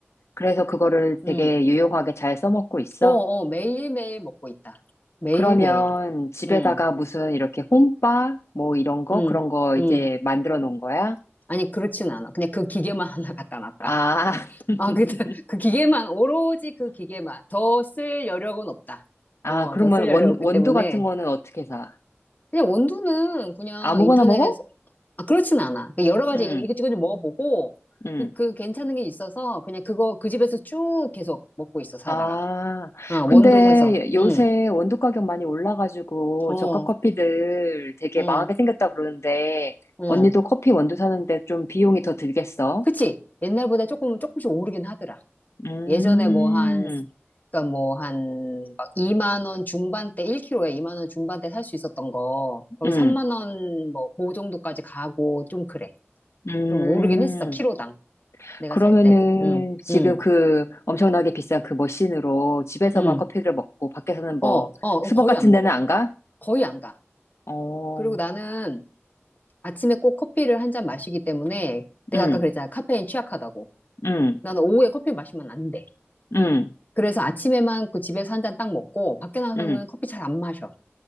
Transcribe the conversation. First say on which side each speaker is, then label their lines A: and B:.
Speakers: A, on the left; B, on the left.
A: 그래서 그거를 되게
B: 음.
A: 유용하게 잘 써먹고 있어.
B: 어, 어, 매일매일 먹고 있다. 매일매일.
A: 그러면 집에다가
B: 음,
A: 무슨 이렇게 홈바 뭐 이런 거
B: 음,
A: 그런 거 이렇게
B: 음.
A: 만들어 놓은 거야?
B: 아니, 그렇진 않아. 그냥 그 기계만 <laughs> 하나 갖다 놨다.
A: 아, <laughs>
B: 아, 그, <laughs> 그 기계만, 오로지 그 기계만. 더 쓸 여력은 없다.
A: 아
B: 어,
A: 그러면
B: 더 쓸 여력
A: 원
B: 없기
A: 원두
B: 때문에.
A: 같은 거는 어떻게 사?
B: 그냥 원두는 그냥
A: 아무거나
B: 인터넷
A: 먹어?
B: 아, 그렇진 않아. 그 여러 가지
A: 응,
B: 이- 이것저것 좀 먹어보고,
A: 응.
B: 그, 그 괜찮은 게 있어서, 그냥 그거, 그 집에서 쭉 계속 먹고 있어, 사다가.
A: 아,
B: 어,
A: 근데
B: 원두 사서.
A: 요새
B: 응.
A: 원두 가격 많이 올라가지고
B: 어,
A: 저가 커피들 되게
B: 어,
A: 망하게 생겼다 그러는데
B: 어.
A: 언니도 커피 원두 사는데 좀 비용이 더 들겠어?
B: 그치? 옛날보다 조금, 조금씩 오르긴 하더라.
A: 음,
B: 예전에 뭐 한, 그니까 뭐 한, 막 2만 원 중반대, 1kg에 2만 원 중반대 살 수 있었던 거, 거의
A: 응.
B: 3만 원, 뭐, 그 정도까지 가고, 좀 그래.
A: 음,
B: 좀 오르긴 했어, 키로당. 내가
A: 그러면은
B: 살 때. 응,
A: 지금
B: 응,
A: 그 엄청나게 비싼 그 머신으로 집에서만
B: 응.
A: 커피를 먹고 밖에서는 뭐
B: 어, 어,
A: 스벅
B: 거의
A: 같은
B: 안
A: 데는
B: 먹어.
A: 안 가?
B: 거의 안 가.
A: 어,
B: 그리고 나는 아침에 꼭 커피를 한 잔 마시기 때문에 내가
A: 응,
B: 아까 그랬잖아. 카페인 취약하다고.
A: 응,
B: 나는 오후에 커피 마시면 안 돼.
A: 응,
B: 그래서 아침에만 그 집에서 한 잔 딱 먹고 밖에 나가서는
A: 응.
B: 커피 잘 안 마셔.